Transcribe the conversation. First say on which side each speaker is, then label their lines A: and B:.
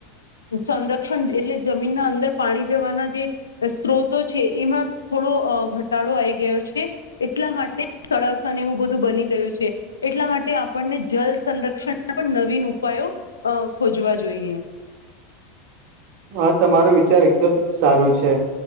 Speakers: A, on the left; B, on the right.
A: સંરક્ષણ એટલે જમીનના અંદર પાણી જવાના જે. સ્ત્રોતો છે, એમાં થોડો ઘટાડો આવી ગયો છે, એટલા માટે સળની બધું બની ગયું છે, એટલા માટે આપણને જલ સંરક્ષણ પણ નવીન ઉપાયો ખોજવા જોઈએ.
B: હા તમારો વિચાર એકદમ સારું છે.